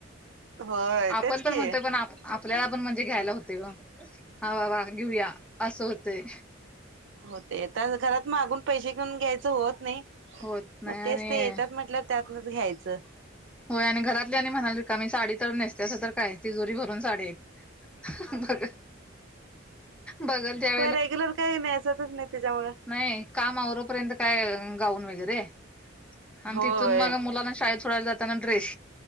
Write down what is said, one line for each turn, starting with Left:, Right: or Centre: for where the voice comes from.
Right: होय
Centre: आपण
Right: तेच
Centre: पण
Right: की
Centre: म्हणतोय पण आप आपल्या आपण म्हणजे घ्यायला होतय हो वा वा घेऊया असं होतय.
Right: होते तर घरात मागून पैसे घेऊन घ्यायचं होत नाही
Centre: होत नाही
Right: मग तेच
Centre: आणि
Right: ते येतात म्हटलं त्यातनच घ्यायचं.
Centre: होय आणि घरातली आणि म्हणाली रिकामी साडी तर नेसत्यास तर काय तिजोरी भरून साडी आहेत. बघ बघल त्या
Right: व्हय रेग्युलर काय नेसतच नाही त्याच्याममुळं
Centre: न्हाय काम आवरु पर्यंत काय गाऊन वगैरे आण
Right: होय
Centre: तिथून मग मुलांना शाळेत सोडायला जाताना ड्रेस